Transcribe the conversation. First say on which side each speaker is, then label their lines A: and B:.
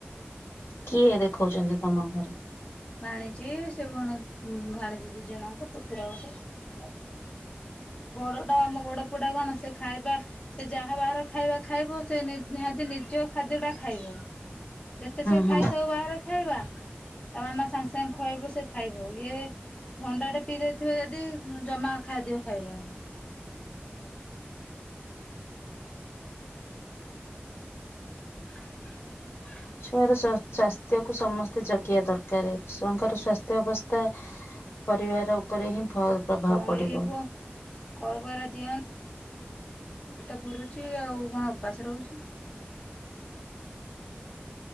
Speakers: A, on the left; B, on the left.
A: କିଏ ଦେଖଉଛନ୍ତି ତମ ଘରେ
B: ଭାଣିଜ ସେ ଭଣ ଭାଣିଜ ଦି ଜଣଙ୍କ ପୁତୁରା ଗୋଟେ
A: ଆ
B: ବଡ଼ଟା ଆମ ବଡ଼ ପୁଟା କଣ ସେ ଖାଇବା ସେ ଯାହା ବାହାର ଖାଇବା ଖାଇବ ସେ ନିହାତି ନିଜ ଖାଦ୍ୟଟା ଖାଇବ ଯେତେ ସେ
A: ହୁଁ
B: ଖାଇଥାଉ ବାହାରାରେ ଖାଇବା ତମ ମା ସାଙ୍ଗେ ସାଙ୍ଗେ ଖୁଆଇବ ସେ ଖାଇବ ହ ଥଣ୍ଡାଟ ପି ଥିବ ଯଦି ଜମା ଖାଇଦିଅ ଖାଇବନି <unintelligible>
A: ଛୁଆର ସ୍ଵାସ୍ଥ୍ୟ କୁ ସମସ୍ତେ ଜଗେଇିବା ଦରକାର ଛୁଆଙ୍କର ସ୍ଵାସ୍ଥ୍ୟ ଅବସ୍ଥା ପରିବାର ଉପରେ ହିଁ। ପ୍ରଭାବ
B: କହିବୁ
A: ପଡିବ
B: କହିବ ଏରାଗ ଦିଅନି ପେଟ ପୁରୁଛି ଆଉ କଣ ଉପାସ ରହୁଛି।